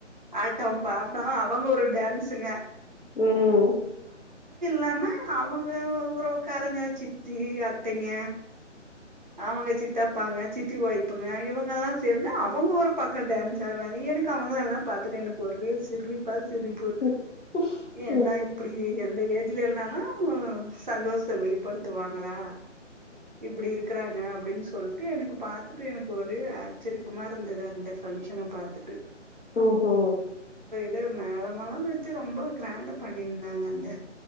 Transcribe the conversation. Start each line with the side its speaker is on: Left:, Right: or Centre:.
Right: ஆட்டம் பாட்டம் அவங்க ஒரு டேன்ஸுங்க
Left: ம்
Right: லாம அவங்க உறவுக்காரங்க சித்தி அத்தைங்க அவங்க சித்தாப்பாங்க சித்தி ஒய்ப்புங்க இவங்க எல்லா சேந்து அவங்க ஒரு பக்கோ டேன்ஸ் ஆடறாங்க எனக்கு அவங்கள எல்லா பாத்துட்டு எனக்கு ஒரே சிரிப்பா சிரிப்பு
Left: ம்
Right: என்ன
Left: ம்
Right: இப்டி இந்த ஏஜ்ல இல்னாலு சந்தோஷத்த வெளிப்படுத்துவாங்களா இப்டி இருக்கறாங்க அப்டின் சொல்ட்டு எனக்கு பாத்துட்டு எனக்கு ஒரே ஆச்சரியக்கமா இருந்தது அந்த ஃபங்க்ஷன பாத்துட்டு
Left: ம்ஹ
Right: வு மேலமெல்லா வெச்சி ரொம்ப கிராண்டா பண்ணிந்தாங்க அந்த